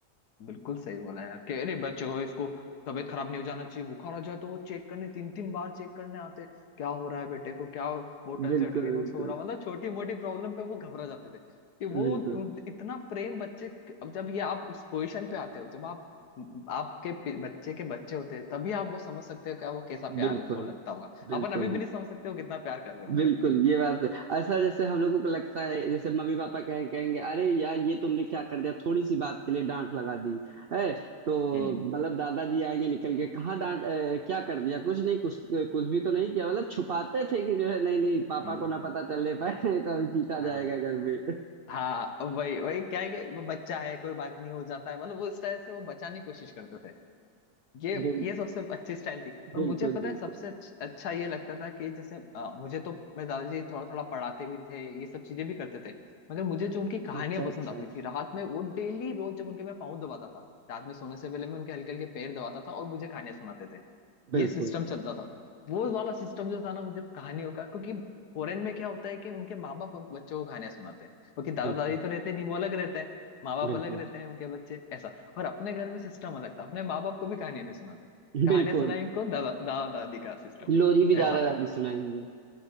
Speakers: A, on the left (about 75°); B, on the right (about 70°).
A: बिल्कुल सही बोला यार कि अरे बच्चे को इसको तबीयत खराब नहीं हो जाना चाहिए बुखार हो जाए तो वो चेक करने तीन तीन बार चेक करने आते क्या हो रहा है बेटे को क्या बोतल
B: बिल्कुल
A: चढ़ रही कुछ
B: बिल्कुल
A: हो रहा मतलब छोटी मोटी प्रॉब्लम पे वो घबरा जाते थे कि वो
B: बिल्कुल
A: तो इतना प्रेम बच्चे अब जब ये आप उस पोजीशन पे आते हो जब आप आपके पे- बच्चे के बच्चे होते हैं तभी आप वो समझ सकते हो क्या वो कैसा प्यार
B: बिल्कुल
A: उनको लगता होगा
B: बिल्कुल
A: अपन अभी भी
B: बिल्कुल
A: नहीं समझ सकते हो कितना प्यार कर रहे होंगे
B: बिल्कुल,
A: अपने से
B: ये बात है। ऐसा जैसे हम लोगों को लगता है जैसे मम्मी पापा कहें कहेंगे अरे यार ये तुमने क्या कर दिया थोड़ी सी बात के लिए डांट लगा दी है तो
A: हम्म
B: मतलब दादाजी आएंगे निकल के कहाँ डांट अ, क्या कर दिया कुछ नहीं कुछ कुछ भी तो नहीं किया मतलब छुपाते थे कि जो है नहीं नहीं पापा
A: हम्म
B: को
A: हम्म।
B: ना पता चलने पाए <laughs> नहीं तो अभी पीटा
A: हाँ
B: जाएगा घर में
A: हाँ वही वही क्या है कि वो बच्चा है कोई बात नहीं हो जाता है मतलब वो उस तरह से वो बचाने की कोशिश करते थे ये
B: बिल,
A: ये सबसे अच्छी स्टाइल थी
B: बिल्कुल
A: और मुझे पता
B: बिल्कुल
A: है सबसे अच्छ, अच्छा ये लगता था कि जैसे अ, मुझे तो मेरे दादाजी थोड़ा थोड़ा पढ़ाते भी थे ये सब चीजें भी करते थे मगर मुझे जो उनकी कहानियां
B: अच्छा
A: पसंद
B: अच्छा
A: आती थी रात में वो डेली रोज जब उनके मैं पाँव दबाता था रात में सोने से पहले मैं उनके हल्के हल्के पैर दबाता था और मुझे कहानियां सुनाते थे
B: बिल्कुल
A: ये सिस्टम चलता था वो वाला सिस्टम जो था ना मुझे कहानियों का क्योंकि फॉरेन में क्या होता है कि उनके माँ बाप उन बच्चों को कहानियां सुनाते हैं क्योंकि दादा
B: बिल्कुल
A: दादी तो रहते नहीं वो अलग रहते हैं माँ बाप
B: बिल्कुल
A: अलग रहते हैं उनके बच्चे ऐसा और अपने घर में सिस्टम अलग था अपने माँ बाप को भी कहानियां नहीं सुनाते कहानियां
B: बिल्कुल
A: सुनाई कौन दादा दादा दादी का सिस्टम
B: लोरी भी
A: ऐसा
B: दादा दादी सुनाएंगे